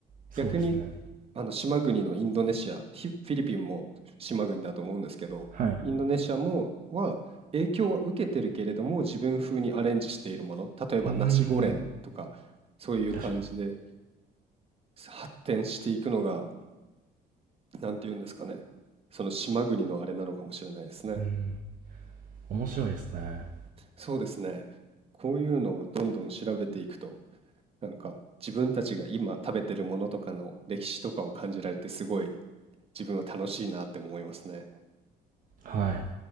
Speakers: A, on the right (about 55°); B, on the right (about 35°).
A: そうですね。
B: 逆にあの島国のインドネシア、フィフィリピンも島国だと思うんですけど、
A: はい。
B: インドネシアもは影響は受けてるけれども、自分風にアレンジしているもの、例えばナシゴレンとか、
A: うーん、
B: そういう感じで
A: 確かに。
B: 発展していくのが、なんていうんですかね、その島国のあれなのかもしれないですね。
A: うーん、面白いですね。
B: そうですね。こういうのをどんどん調べていくと、なんか自分たちが今食べてるものとかの歴史とかを感じられて、すごい自分は楽しいなって思いますね。
A: はい。